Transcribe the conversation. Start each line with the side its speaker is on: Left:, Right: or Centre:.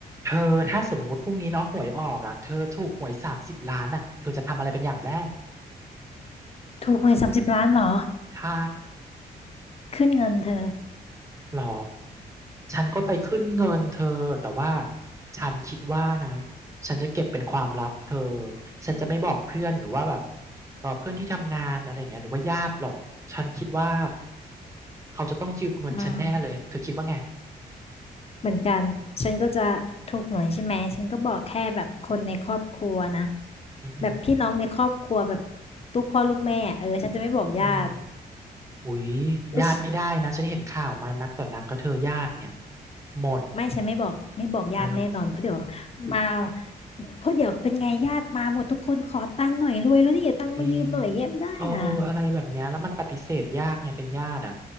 Right: เธอถ้าสมมติพรุ่งนี้เนาะหวยออกอ่ะเธอถูกหวยสามสิบล้านอ่ะเธอจะทำอะไรเป็นอย่างแรก
Left: ถูกหวยสามสิบล้านเหรอ
Right: ใช่
Left: ขึ้นเงินเธอ
Right: หรอฉันก็ไปขึ้นเงินเธอแต่ว่าฉันคิดว่านะฉันจะเก็บเป็นความลับเธอฉันจะไม่บอกเพื่อนหรือว่าแบบเออเพื่อนที่ทำงานอะไรอย่างเงี้ยหรือว่าญาติหรอกฉันคิดว่าเขาจะต้องยืมเงินฉันแน่เลยเธอคิดว่าไง
Left: อืมเหมือนกันฉันก็จะถูกหวยใช่ไหมฉันก็บอกแค่แบบคนในครอบครัวนะ
Right: อือหือ
Left: แบบพี่น้องในครอบครัวแบบลูกพ่อลูกแม่อะเออฉันจะไม่บอกญาติ
Right: อืมอุ๊ย
Left: แล้วฉ
Right: ญาติไม่ได้นะฉันเห็นข่าวมานักต่อนักก็เธอญาติเนี่ยหมด
Left: ไม่ฉันไม่บอกไม่บอกญาติแน่นอนเพราะเดี๋ยว
Right: เออ
Left: มาเพราะเดี๋ยวเป็นไงญาติมาหมดทุกคนขอตังค์หน่อยรวยแล้วนี่อย่าตังค์มายืมหน่อยอย่างเงี้ยไม่ได้นะ
Right: จริงเอออะไรแบบเนี้ยแล้วมันปฏิเสธยากไงเป็นญาติอ่ะ